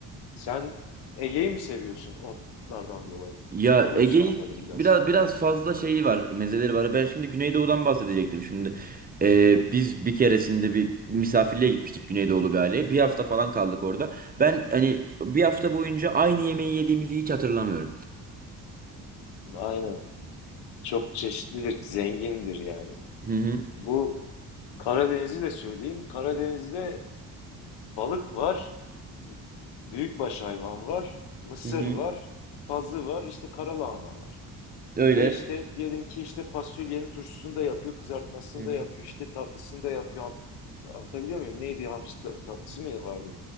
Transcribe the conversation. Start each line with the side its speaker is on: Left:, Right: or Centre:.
Left: Sen Ege'yi mi seviyorsun otlardan dolayı?
Right: Ya
Left: Onu
Right: Ege'yi
Left: mu sö- anladım biraz?
Right: biraz biraz fazla şeyi var, mezeleri var. Ben şimdi Güneydoğu'dan bahsedecektim şimdi. Ee,
Left: Hı hı.
Right: biz bir keresinde bir misafirliğe gitmiştik Güneydoğulu bir aileye. Bir hafta falan kaldık orada. Ben hani bir hafta boyunca aynı yemeği yediğimizi hiç hatırlamıyorum.
Left: Aynen. Çok çeşitlidir, zengindir yani.
Right: Hı hı.
Left: Bu Karadeniz'i de söyleyeyim. Karadeniz'de balık var, b- büyükbaş hayvan var, mısır
Right: Hı hı.
Left: var, pazı var, işte karalahana var.
Right: Öyle.
Left: Ve işte diyelim ki işte fasulyenin turşusunu da yapıyor, kızartmasını
Right: Hı hı.
Left: da yapıyor, işte tatlısını da yapıyor. An- Anlatabiliyor muyum? Neydi hamsi ta- tatlısı mı vardı